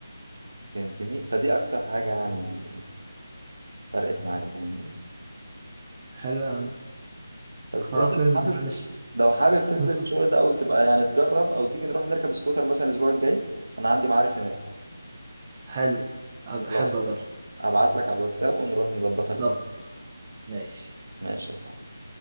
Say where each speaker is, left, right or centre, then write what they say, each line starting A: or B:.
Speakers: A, on the right; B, on the right.
A: فهمتني فدي أكتر حاجة يعني فرقت معايا فاهمني
B: حلو يا عم
A: بس
B: خلاص
A: أنت لو
B: ننزل
A: حابب
B: بقى ماشي
A: لو حابب تنزل
B: ننزل.
A: الشغل ده أو تبقى يعني تجرب أو تيجي نروح نركب سكوتر مثلا الأسبوع الجاي أنا عندي معارف هناك
B: حلو أج-
A: خلاص
B: احب اجرب
A: ماشي هبعت لك على الواتساب ونروح نظبطها
B: بالظبط
A: الأسبوع
B: ماشي
A: ماشي يا صاحبي